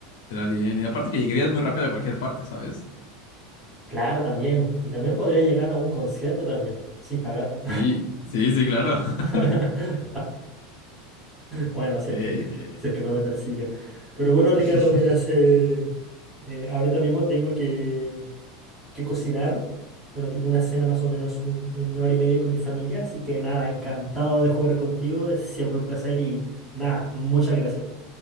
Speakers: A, on the left (about 75°); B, in the centre.
A: será bien. Y aparte que llegarías muy rápido a cualquier parte, ¿sabes?
B: Claro, también. Y también podría llegar a un concierto también, sin pagar.
A: Sí, sí, sí, claro. <laughs>
B: <laughs> Bueno, si
A: Ok,
B: es que,
A: ok.
B: si es que no me persiguen. Pero bueno,
A: <laughs>
B: Ricardo, mira, se- eh, ahorita mismo tengo que, que cocinar. Bueno, tengo una cena más o menos un- en una hora y media con mi familia, así que nada, encantado de jugar contigo, es siempre un placer y nada, muchas gracias.